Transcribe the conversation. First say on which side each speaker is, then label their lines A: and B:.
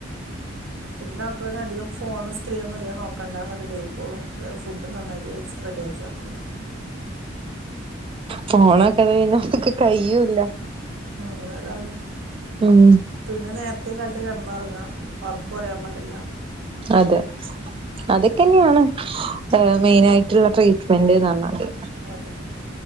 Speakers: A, on the right (about 70°); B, on the right (about 25°).
A: പിന്നെ ഡോക്ടർപറഞ്ഞു അധികം ഫോൺ സ്ക്രീൻഒന്നും അധി കം നോക്കണ്ട റെഡി ആയിക്കോളും. ഇ ഫുഡ് നന്നായിട്ട് കഴിച്ച്ട് റെഡിയാക്കിയാൽ മതി.
B: ഫോണൊക്കെ ഒഴിവാക്കാൻ കയ്യൂല്ല.
A: ഉം അതാണ്
B: ഉം
A: പിന്നെ നേ രത്തെ കാലത്തേ കിടന്നുറങ്ങുക ഉറക്കും കുറയാൻ പാടില്ല.
B: അതെ അതൊക്കെന്നെയാണ്.
A: അതാണ്
B: ഹ് മെയിന ആയിട്ടുള്ള ട്രീറ്റ്മെന്റ് ന് പറഞ്ഞാല്.
A: അതെ